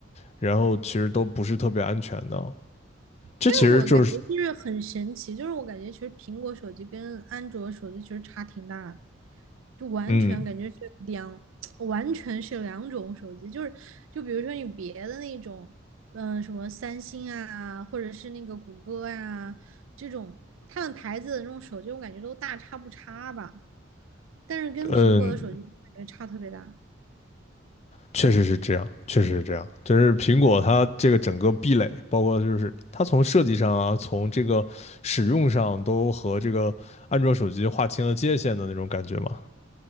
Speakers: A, on the left; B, on the right.
A: 然后其实都不是特别安全的。这其实就是，
B: 但是我感觉就是很神奇，就是我感觉其实苹果手机跟安卓手机其实差挺大的，就完全感觉是两，
A: 嗯
B: <tsk> 完全是两种手机。就是就比如说你别的那种，嗯、什么三星啊，或者是那个谷歌啊这种，他们牌子的那种手机，我感觉都大差不差吧。但是跟苹果的手机感觉差特别大。
A: 嗯，确实是这样，确实是这样。就是苹果它这个整个壁垒，包括就是它从设计上啊，从这个使用上都和这个安卓手机划清了界限的那种感觉嘛。